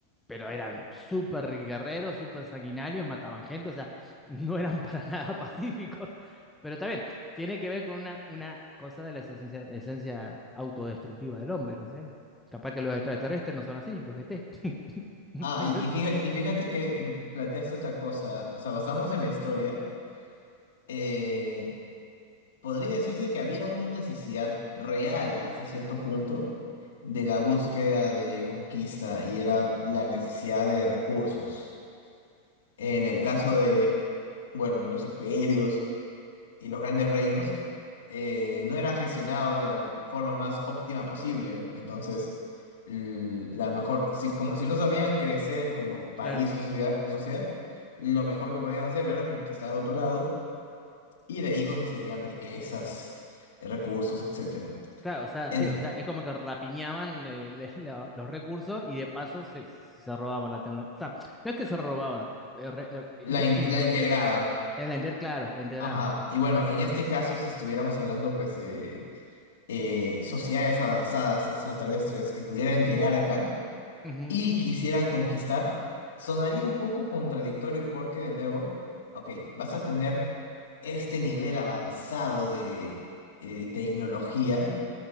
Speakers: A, in the centre; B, on the left.
A: pero eran súper guerreros, súper sanguinarios, mataban gente, o sea, <laughs> no eran para nada <laughs> pacíficos. Pero también tiene que ver con una, una cosa de la esencia, esencia autodestructiva del hombre, no sé. Capaz que los extraterrestres no son así, los E T <laughs>
B: Ah,
A: ¿no
B: y,
A: es cierto?
B: y fíjate, y fíjate que mm, planteaste otra cosa, o sea, basándonos en la historia, eh, podría decirse que había una necesidad real hasta cierto punto de la búsqueda de conquista y era la necesidad de recursos. En el caso de, bueno, los imperios. y los grandes reinos eh, no eran gestionados de la forma más óptima posible. Entonces, l- la mejor, si, como si no sabían crecer como país
A: Claro.
B: o sociedad, o sociedad, lo mejor que podían hacer era conquistar otro lado y de ahí conseguían riquezas, recursos, etcétera.
A: Claro, o sea,
B: En,
A: sí, o sea, es como que rapiñaban eh, <laughs> le- la- los recursos y de paso se, se robaban la tecnología. O sea, no es que se robaban, eh, re- eh, in-
B: la, in-
A: incor-
B: la integraban.
A: eh, la inter- claro, la integraban.
B: Ajá. Y bueno, en este caso, si estuviéramos hablando pues de eh, sociedades avanzadas extraterrestres que pudieran llegar acá,
A: Ujú,
B: y quisieran conquistar, sonaría un poco contradictorio porque, de nuevo, ok, vas a tener este nivel avanzado de eh, tecnología